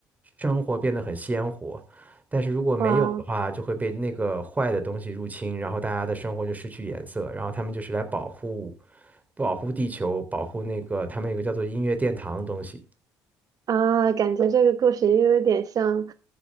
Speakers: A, on the right; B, on the right.
A: 生活变得很鲜活。但是如果没有的话，
B: 哇，
A: 就会被那个坏的东西入侵，然后大家的生活就失去颜色。然后他们就是来保护保护地球，保护那个他们有个叫做音乐殿堂的东西。
B: 啊，感觉这个故事也有点像，